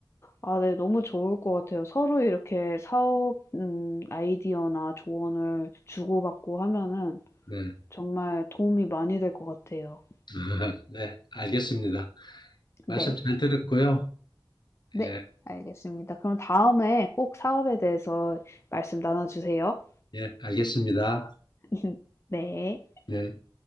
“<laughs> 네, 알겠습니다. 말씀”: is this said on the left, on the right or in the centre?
Left